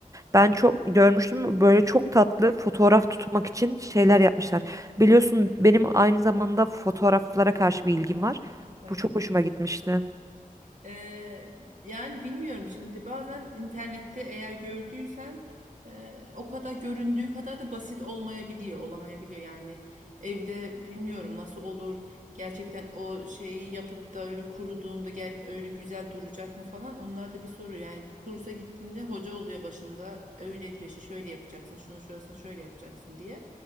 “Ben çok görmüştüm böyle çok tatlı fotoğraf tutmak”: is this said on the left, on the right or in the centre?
Right